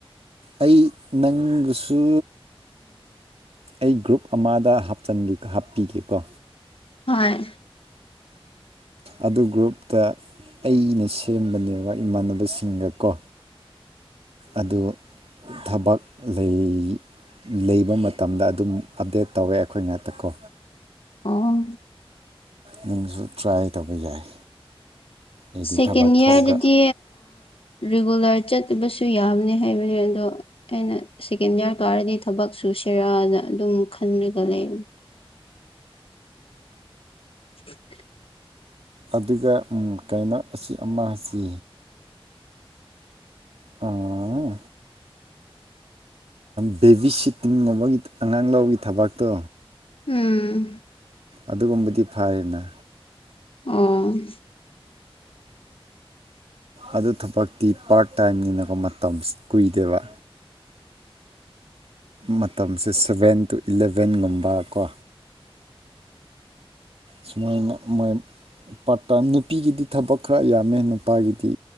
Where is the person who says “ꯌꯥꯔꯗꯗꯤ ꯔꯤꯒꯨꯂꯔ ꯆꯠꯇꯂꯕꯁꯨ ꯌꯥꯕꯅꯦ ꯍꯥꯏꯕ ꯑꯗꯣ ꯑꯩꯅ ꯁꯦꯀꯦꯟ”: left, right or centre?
Left